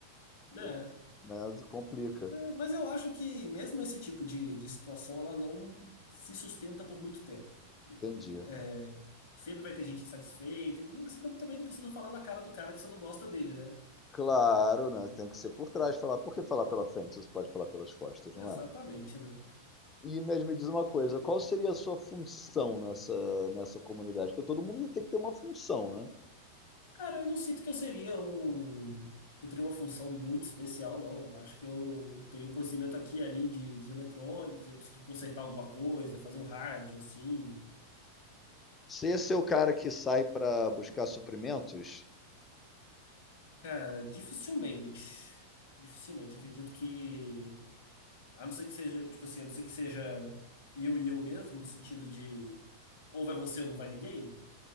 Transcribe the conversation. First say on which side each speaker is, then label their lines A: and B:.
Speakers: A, on the left; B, on the left.
A: Né?
B: o- né? Complica.
A: Né, Mas eu acho que mesmo esse tipo de, de situação, ela não se sustenta por muito tempo.
B: Entendi.
A: É, sempre vai ter gente insatisfeita, e você não- também não precisa falar na cara do cara que você não gosta dele, né?
B: Claro, né? Tem que ser por trás falar. Por que falar pela frente? Você pode falar pelas costas,
A: Exatamente,
B: não é?
A: né?
B: E mesmo me diz uma coisa, qual seria a sua função nessa, nessa comunidade? Porque todo mundo tem que ter uma função, né?
A: Cara, eu não sinto que eu seria um. que Eu teria uma função muito especial, não. Eu Acho que eu tenho um conhecimento aqui e ali de, de eletrônicos, eu consegui consertar alguma coisa, fazer um rádio, assim.
B: Se esse é o cara que sai para buscar suprimentos,
A: Cara, dificilmente. Dificilmente. Acredito que A não ser que seja, tipo assim, a não ser que seja eu e eu mesmo, no sentido de ou vai você ou não vai ninguém,